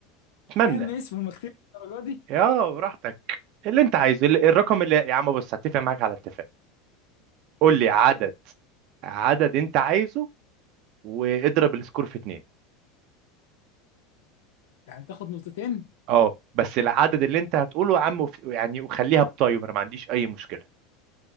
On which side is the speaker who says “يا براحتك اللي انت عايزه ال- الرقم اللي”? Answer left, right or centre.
Right